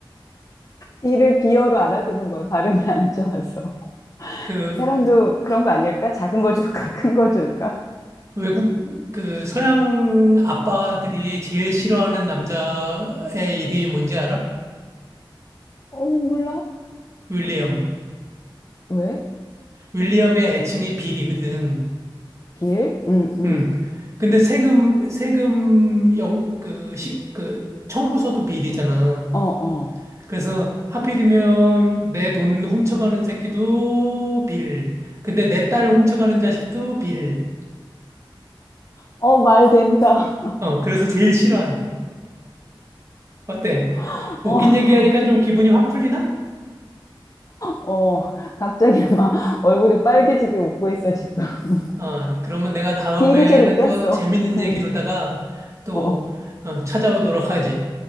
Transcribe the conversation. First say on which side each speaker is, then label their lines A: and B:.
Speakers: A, on the left (about 40°); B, on the right (about 35°).
A: 이를 비어로 알아듣는 거야. 발음이 안 좋아서.
B: 그
A: 그 사람도 그런 거 아닐까? 작은 거 줄까? <laughs> 큰 거 줄까?
B: 외국 그 서양 아빠들이 제일 싫어하는 남자의 이름이 뭔지 알아?
A: 어, 몰라.
B: 윌리엄.
A: 왜?
B: 윌리엄의 애칭이 빌이거든.
A: 빌? 응, 응.
B: 음. 근데 세금, 세금 영, 그, 시, 그, 청구서도 빌이잖아.
A: 어, 어.
B: 그래서 하필이면 내 돈 훔쳐가는 새끼도 빌. 근데 내 딸 훔쳐가는 자식도 빌.
A: 어, 말 된다.
B: 어, 그래서 제일 싫어한대. 어때?
A: <laughs>
B: 웃긴
A: 어,
B: 얘기하니까 좀 기분이 확 풀리나?
A: 어, 갑자기 막 얼굴이 빨개지게 웃고 있어, 지금. <laughs>
B: 어, 그러면 내가 다음에는
A: 비일이 제일 웃겼어.
B: 또 재밌는
A: 음,
B: 얘기로다가 또
A: 어.
B: 어, 찾아오도록 하지.